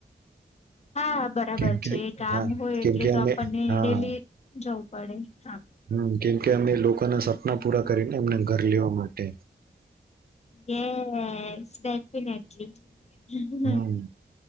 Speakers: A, on the left; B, on the right.
A: <inaudible> હા બરાબર
B: કેમ કે
A: છે કામ
B: હા
A: હોય
B: કેમ
A: એટલે
B: કે
A: તો
B: અમે
A: આપણને
B: હા
A: ડેલી જવું પડે હા
B: હમ કેમકે અમે લોકોના સપના પૂરા કરીને એમને ઘર લેવા માટે
A: યેશ ડેફિનેટલી
B: હમ